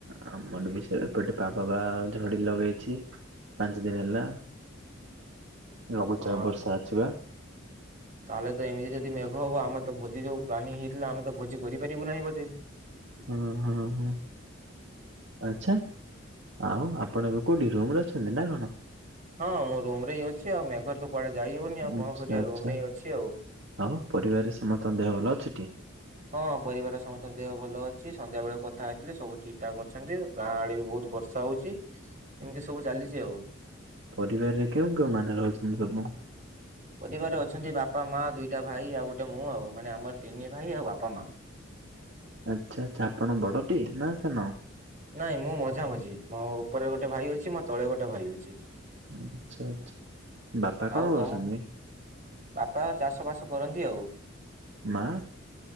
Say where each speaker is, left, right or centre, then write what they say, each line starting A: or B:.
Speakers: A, on the right; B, on the right.
A: ଆମର ବି ସେ ଏପଟେ ପାଗ ବା ଝଡି ଲଗେଇଛି ପାଞ୍ଚ ଦିନ ହେଲା। ଲଘୁଚାପ
B: ହଁ
A: ବର୍ଷା ଅଛି ବା।
B: ତାହେଲେ ତ ଏମିତି ଯଦି ମେଘ ହବ ଆମେ ତ ଭୋଜି ଯୋଉ ପ୍ଲାନିଂ ହେଇଥିଲାଆମେ ତ ଭୋଜି କରିପାରିବୁ ନାହିଁ ବୋଧେ।
A: ହଁ ହଁ ହୁଁ। ଆଛା, ଆଉ ଆପଣ ଏବେ କୋଉଠି ରୁମରେ ଅଛନ୍ତି ନା କଣ?
B: ହଁ ମୁଁ ରୁମ ରେହି ଅଛିଆଉ ମେଘର ତ କୁଆଡେ ଯାଇ ହଉନି ଆଉ
A: ଆଚ୍ଛା
B: କଣ କରିବା
A: ଆଚ୍ଛା
B: ଆଉ ରୁମ ହିଁ ଅଛି ଆଉ।
A: ଆଉ ପରିବାରରେ ସମସ୍ତଙ୍କ ଦେହ ଭଲ ଅଛି ଟି?
B: ହଁ ପରିବାର ସମସ୍ତଙ୍କ ଦେହ ଭଲ ଅଛି, ସନ୍ଧ୍ୟା ବେଳେ କଥା ହେଇଥିଲେ ସବୁ ଠିକ ଠାକ ଅଛନ୍ତି। ଗାଁ ଆଡେ ବି ବହୁତ ବର୍ଷା ହଉଛି।
A: <inaudible>
B: ଏମିତି ସବୁ ଚାଲିଛି ଆଉ।
A: ପରିବାରରେ କେଉଁ କେଉଁ ମାନେ ରହୁଛନ୍ତି ସବୁ?
B: ପରିବାର ଅଛନ୍ତି ବାପା ମା ଦିଇଟା ଭାଇ ଆଉ ଗୋଟେ ମୁଁ ଆଉ ମାନେ ଆମର ତିନି ଭାଇ ଆଉ ବାପା ମା।
A: ଆଚ୍ଛା ଆଛା, ଆପଣ ବଡଟି ନା ସାନ?
B: ନାଇଁ ମୁଁ ମଝାମଝି ମୋ ଉପରେ ଗୋଟେ ଭାଇ ଅଛି ମୋ ତଳେ ଗୋଟେ ଭାଇ ଅଛି।
A: ଆଛା ଆଛା, ବାପା କଣ
B: ଆଉ
A: କରୁଛନ୍ତି?
B: ତମ ବାପା ଚାଷ ବାସ କରନ୍ତି ଆଉ।
A: ମା